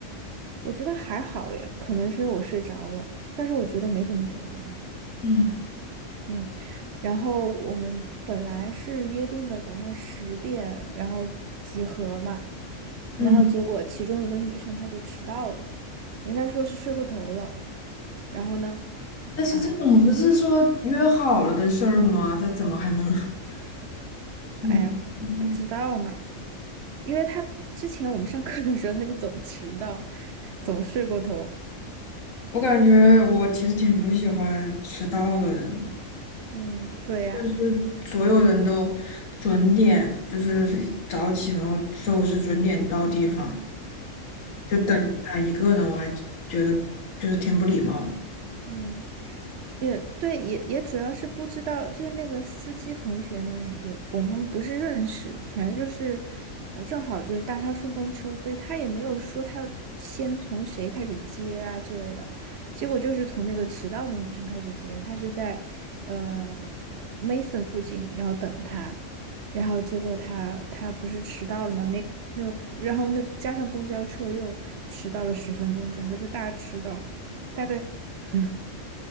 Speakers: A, on the right; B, on the left.
A: 我觉得还好耶，可能是因为我睡着了，但是我觉得没怎么堵，好像。
B: 嗯
A: 嗯，然后我们本来是约定的早上十点，然后集合嘛，
B: 嗯，
A: 然后结果其中一个女生她就迟到了，应该说是睡过头了。然后呢，
B: 但是这种不是说约好了的事儿吗？
A: 啊，
B: 这怎么还能？<laughs>
A: 哎呀，
B: 嗯嗯，
A: 不知道嘛，因为她之前我们上课的时候她就总迟到，总睡过头。
B: 我感觉我其实挺不喜欢迟到的人的。
A: 嗯，对呀，
B: 就所有人都准点，就是早起，然后收拾准点到地方，就等他一个人，
A: 嗯
B: 我还觉得就是挺不礼貌的。
A: 嗯。也对，也也主要是不知道，就是那个司机同学呢，也我们不是认识，反正就是，呃，正好就是搭他顺风车，所以他也没有说他要先从谁开始接啊之类的，结果就是从那个迟到的女生开始接，他是在呃 Mason 附近，然后等他，然后结果他他不是迟到了吗？没没有，然后那加上公交车又迟到了十分钟，整个就大迟到，大概。<laughs>